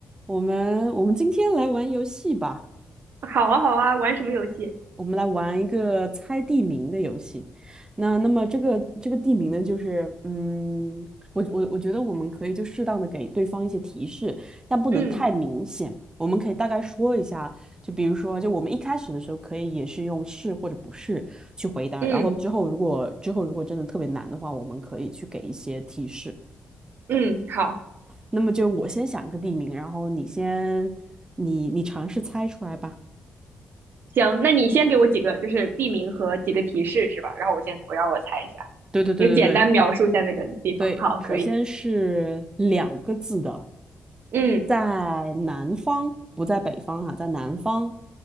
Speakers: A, on the right; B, on the right.
A: 我们我们今天来玩游戏吧，
B: 好啊，好啊，玩什么游戏？
A: 我们来玩一个猜地名的游戏。那那么这个这个地名呢，就是嗯，我我我觉得我们可以就适当的给对方一些提示，但不能太明显。
B: 嗯
A: 我们可以大概说一下，就比如说，就我们一开始的时候可以也是用是或者不是去回答，
B: 嗯
A: 然后之后如果之后如果真的特别难的话，我们可以去给一些提示。
B: 嗯，好，
A: 那么就我先想一个地名，然后你先你你尝试猜出来吧。
B: 行，那你先给我几个就是地名和几个提示是吧？然后我先我让我猜一下，
A: 对对对对对
B: 你就简单描述一下那个地方。
A: 对，
B: 好，
A: 首先是两个字的，
B: 可以。嗯
A: 在南方，不在北方哈，在南方，